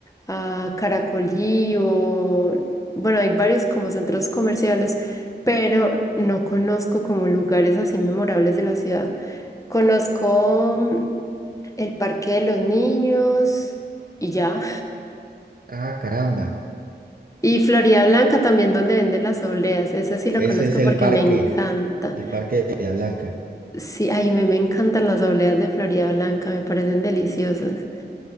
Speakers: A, on the left; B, on the right.
A: a Caracolí o, bueno, hay varios como centros comerciales, pero no conozco como lugares así memorables de la ciudad. Conozco mm, el Parque de los Niños y ya.
B: Ah, caramba.
A: Y Florida Blanca también, donde venden las obleas. Esa sí la
B: Ese
A: conozco
B: es el
A: porque
B: parque,
A: me encanta.
B: el parque de Bahía Blanca.
A: Sí, ay, me, me encantan las obleas de Florida Blanca, me parecen deliciosas.